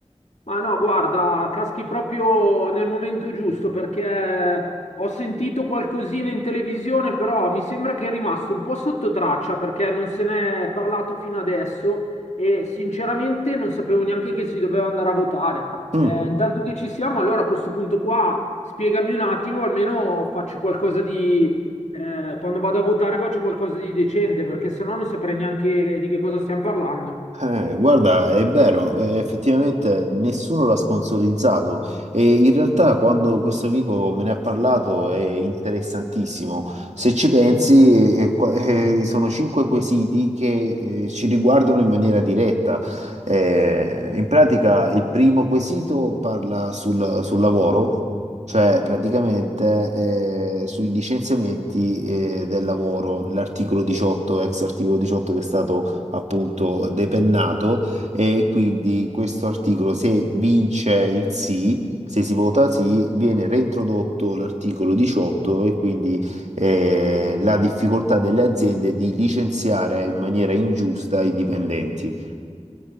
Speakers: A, on the left (about 80°); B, on the right (about 80°).
A: Ma no, guarda, caschi proprio nel momento giusto perché ho sentito qualcosina in televisione, però mi sembra che è rimasto un po' sotto traccia perché non se n'è parlato fino adesso e sinceramente non sapevo neanche che si doveva andare a votare.
B: Mm.
A: Eh, intanto che ci siamo, allora a questo punto qua spiegami un attimo, almeno faccio qualcosa di... eh, quando vado a votare faccio qualcosa di decente perché sennò non saprei neanche di che cosa stiamo parlando.
B: Eh, guarda, è vero, eh, effettivamente nessuno l'ha sponsorizzato e in realtà quando questo amico me ne ha parlato è interessantissimo. Se ci pensi, eh, qua- <laughs> eh, sono cinque quesiti che eh, ci riguardano in maniera diretta. Eh, in pratica il primo quesito parla sul, sul lavoro, cioè praticamente eh, sui licenziamenti eh, del lavoro, l'articolo 18, ex articolo 18 che è stato appunto depennato e quindi questo articolo se vince il sì, se si vota sì, viene reintrodotto l'articolo 18 e quindi eh, la difficoltà delle aziende di licenziare in maniera ingiusta i dipendenti.